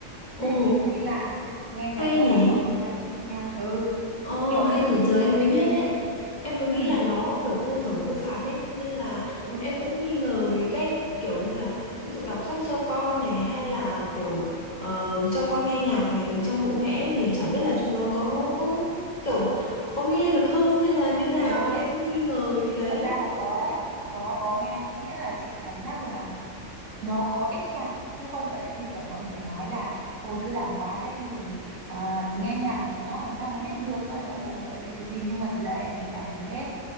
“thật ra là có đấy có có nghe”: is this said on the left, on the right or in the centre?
Right